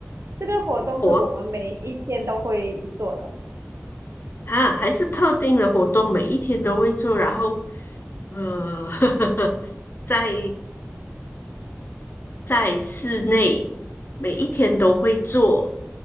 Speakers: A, on the right (about 65°); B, on the left (about 45°).
A: 这个活动是我们每一天都会做的，
B: 活啊，还是特定的活动，每一天都会做，然后，呃，<laughs> 在在室内每一天都会做，